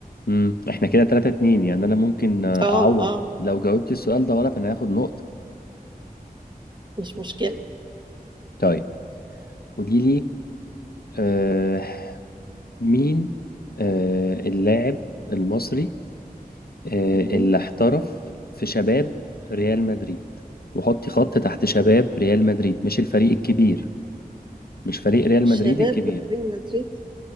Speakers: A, on the left; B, on the right.
A: امم احنا كده 3 2 يعني انا ممكن آه،
B: آه
A: اعوض
B: آه
A: لو جاوبت السؤال ده غلط انا هاخد نقطة
B: مش مشكلة
A: طيب قولي لي آه مين آه اللاعب المصري آه
B: مم.
A: اللي احترف في شباب ريال مدريد وحطي خط تحت شباب ريال مدريد مش الفريق الكبير مش فريق ريال
B: شباب
A: مدريد الكبير
B: ريال مدريد